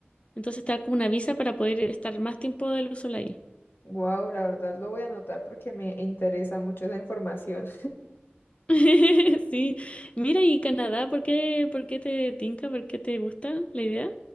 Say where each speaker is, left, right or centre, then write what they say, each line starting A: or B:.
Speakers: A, on the left; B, on the left.
A: Entonces te da como una visa para poder estar más tiempo del sol ahí.
B: Wow, la verdad lo voy a anotar porque me interesa mucho esa información.
A: <laughs> Sí. Mira, y Canadá, ¿por qué, por qué te tinca? ¿Por qué te gusta la idea?